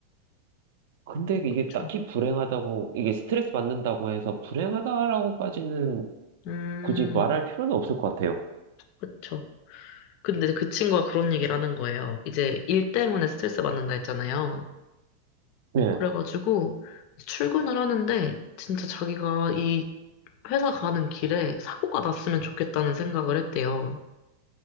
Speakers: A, on the right; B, on the left.
A: 근데 이게
B: 그쵸.
A: 딱히 불행하다고, 이게 스트레스 받는다고 해서 불행하다라고까지는
B: 음,
A: 굳이 말할 필요는 없을 것 같아요.
B: 그쵸. 근데 그 친구가 그런 얘기를 하는 거예요. 이제 일 때문에 스트레스 받는다 했잖아요.
A: 네.
B: 그래가지고 출근을 하는데, 진짜 자기가 이 회사 가는 길에 사고가 났으면 좋겠다는 생각을 했대요.